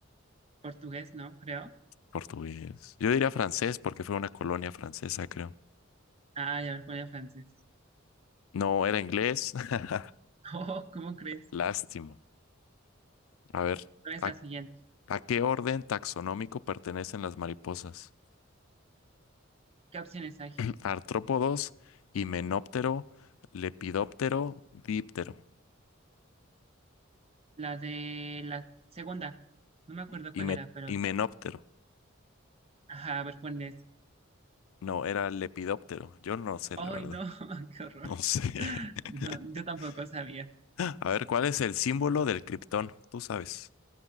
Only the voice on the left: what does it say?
portugués. Yo diría francés porque fue una colonia francesa, creo.
No, era inglés. <laughs>
lástimo. A ver,
¿a,
a qué orden taxonómico pertenecen las mariposas?
<clears throat> Artrópodos, himenóptero, lepidóptero, díptero.
Hime-
himenóptero.
No, era lepidóptero. Yo no sé,
la verdad.
No sé.
<laughs>
A ver, ¿cuál es el símbolo del criptón? Tú sabes.